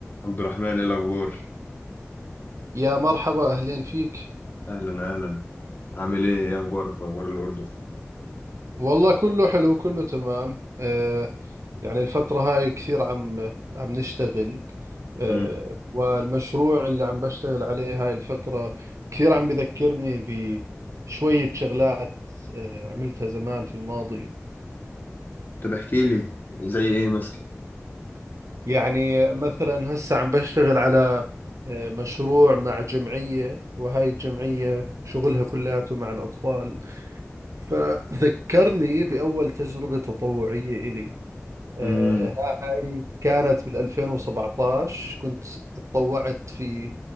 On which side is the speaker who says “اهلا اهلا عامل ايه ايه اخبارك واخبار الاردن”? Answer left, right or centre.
Left